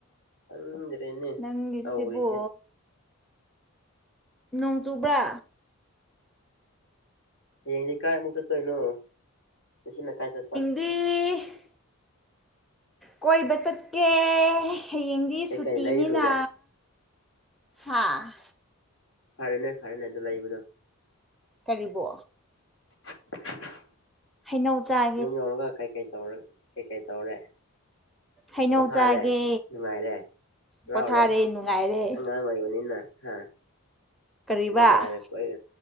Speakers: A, on the left; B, in the centre.
A: ꯈꯪꯗ꯭ꯔꯦꯅꯦ
B: ꯅꯪꯒꯤꯁꯤꯕꯨ
A: ꯇꯧꯔꯤꯁꯦ
B: ꯅꯣꯡ ꯆꯨꯕ꯭ꯔꯥ
A: ꯍꯌꯦꯡꯗꯤ ꯀꯥꯏꯃꯨꯛ ꯆꯠꯇꯣꯏꯅꯣ ꯑꯁꯤꯅ ꯀꯥꯏ ꯆꯠꯄ
B: <inaudible> ꯀꯣꯏꯕ ꯆꯠꯀꯦ ꯍꯌꯦꯡꯗꯤ
A: ꯀꯩꯀꯩ
B: ꯁꯨꯇꯤꯅꯤꯅ
A: ꯂꯩꯔꯨꯔꯦ
B: ꯍꯥꯥ
A: ꯐꯔꯦꯅꯦ ꯐꯔꯦꯅꯦ ꯑꯗꯨ ꯂꯩꯕꯗꯣ
B: ꯀꯔꯤꯕꯣ
A: <inaudible>
B: ꯍꯩꯅꯧꯖꯥꯠ
A: ꯌꯨꯝ ꯌꯧꯔꯒ ꯀꯩꯀꯩ ꯇꯧꯔ ꯀꯩ ꯀꯩ ꯇꯧꯔꯦ꯫
B: ꯍꯩꯅꯧ
A: ꯄꯣꯊꯥꯔꯦ
B: ꯆꯥꯒꯦ
A: ꯅꯨꯡꯉꯥꯏꯔꯦ꯫ ꯍꯔꯥꯎꯔꯦ
B: ꯄꯣꯊꯥꯔꯦ ꯅꯨꯡꯉꯥꯏꯔꯦ
A: ꯍꯥꯡ ꯑꯣꯏꯕꯅꯤꯅ ꯍꯥ
B: ꯀꯔꯤꯕ
A: ꯕꯖꯥꯔꯗ ꯀꯣꯏꯠ